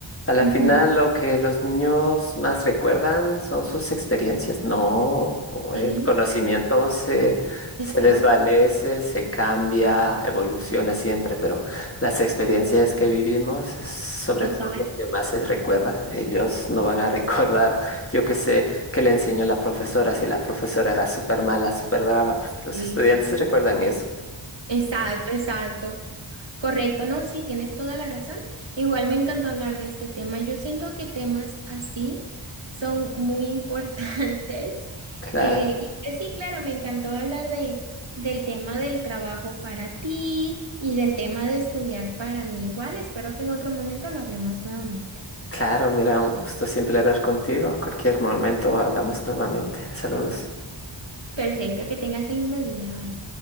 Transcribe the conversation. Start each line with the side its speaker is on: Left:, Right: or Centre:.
Left: a la
Right: ujú,
Left: final lo que los niños más recuerdan son sus experiencias, ¿no? O
Right: Sí,
Left: El conocimiento se,
Right: exacto,
Left: se desvanece, se cambia, evoluciona siempre, pero las experiencias que vivimos es sobre
Right: total.
Left: todo lo que más se recuerda. Ellos no van a <laughs> recordar, yo qué sé, qué le enseñó la profesora, si la profesora era súper mala, súper brava, pues los
Right: Sí,
Left: estudiantes
Right: sí.
Left: recuerdan eso.
Right: Exacto, exacto. Correcto, no, sí, tienes toda la razón. Igual me encantó hablar de este tema. Yo siento que temas así son muy <laughs> importantes.
Left: Claro.
Right: Eh, y pues sí, claro, me encantó hablar de, del tema del trabajo para ti y del tema de estudiar para mí. Igual espero que en otro momento lo hablemos nuevamente.
Left: Claro, mira, un gusto siempre hablar contigo. Cualquier momento hablamos nuevamente. Saludos.
Right: Perfecto, que tengas el lindo día. Bye.